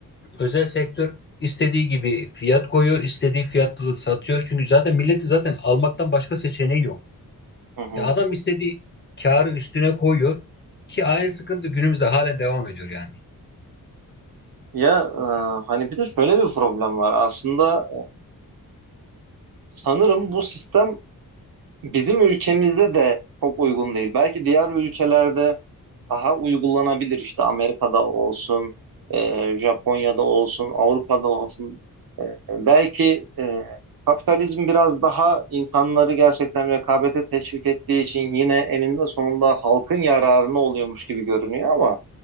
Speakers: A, on the left; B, on the right.
A: Özel sektör istediği gibi fiyat koyuyor, istediği fiyatlı satıyor. Çünkü zaten milleti zaten almaktan başka seçeneği yok.
B: Hı hı.
A: Ya adam istediği karı üstüne koyuyor ki aynı sıkıntı günümüzde halen devam ediyor yani.
B: Ya e, hani bir de şöyle bir problem var. Aslında sanırım bu sistem bizim ülkemizde de çok uygun değil. Belki diğer ülkelerde daha uygulanabilir işte Amerika'da olsun, e, Japonya'da olsun, Avrupa'da olsun. E, belki e, kapitalizm biraz daha insanları gerçekten rekabete teşvik ettiği için yine eninde sonunda halkın yararına oluyormuş gibi görünüyor ama